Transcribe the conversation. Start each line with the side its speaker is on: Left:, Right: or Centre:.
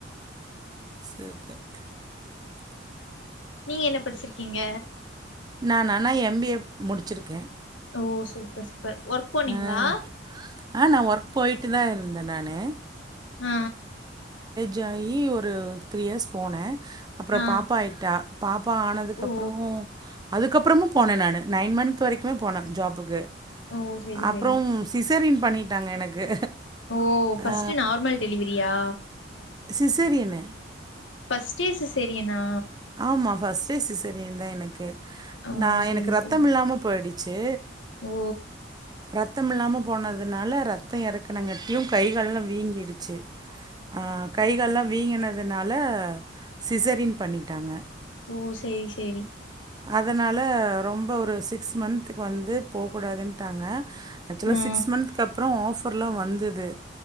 Right: சூப்பர்
Left: நீங்க என்ன படிச்சிருக்கீங்க
Right: நா நானா எம் பி ஏ முடிச்சிருக்கே
Left: ஓ சூப்பர் சூப்பர் ஒர்க் போனீங்ளா
Right: ஆ ஆ நா ஒர்க் போயிட்டுதா இருந்த நானு
Left: ஆ
Right: ஜாயி ஒரு த்ரீ இயர்ஸ் போன அப்றோ
Left: ஆ
Right: பாப்பா ஆயிட்டா பாப்பா ஆனதுக்கப்றோ
Left: ஓ
Right: அதுக்கப்புறமும் போன நானு நைன் மந்த் வரைக்குமே போன ஜாப்புக்கு
Left: ஓ செரி
Right: அப்புறம்
Left: செரி
Right: சிசேரியன் பண்ணிட்டாங்க எனக்கு
Left: ஓ ஃபர்ஸ்ட்
Right: ஆ
Left: நார்மல் டெலிவரியா
Right: சிசேரியனு
Left: ஃபர்ஸ்டே சிசேரியனா
Right: ஆமா ஃபர்ஸ்டே சிசேரியன்தா எனக்கு கே
Left: ஓ
Right: நா
Left: செரி
Right: எனக்கு ரத்தமில்லாம
Left: செரி
Right: போய்டுச்சு
Left: ஓ
Right: ரத்தம் இல்லாம போனதுனால ரத்தோ எறக்குனங்காட்டியு கை காலெல்லா வீங்கிடுச்சு ஆ கை கால் எல்லா வீங்கினதுனால சிசேரியன் பண்ணிட்டாங்க
Left: ஓ சேரி சேரி
Right: அதனால ரொம்போ ஒரு சிக்ஸ் மந்துக்கு வந்து போகூடாதுன்ட்டாங்க ஆக்சுவலா
Left: ஆ
Right: சிக்ஸ் மந்த்துக்கு அப்புறோ ஆஃபர்ல்லா வந்துது